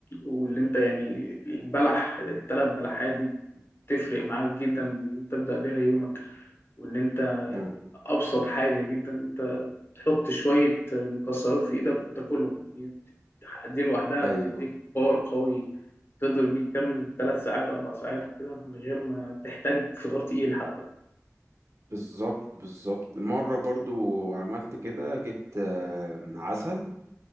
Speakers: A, on the left; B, on the right.
A: واللي انت يعني البلح الثلاث بلحات دي بتفرق معاك جدا ان انت تبدأ بيها يومك وان انت
B: مم.
A: ابسط حاجة جدا انت تحط شوية مكسرات في ايدك وتاكلهم دي دي لوحدها
B: ايوه
A: بتديك باور قوي تقدر بيه تكمل ثلاث ساعات اربع ساعات كده من غير ما تحتاج فطار تقيل حتى
B: بالظبط بالظبط مرة برضو عملت كده جبت آه، عسل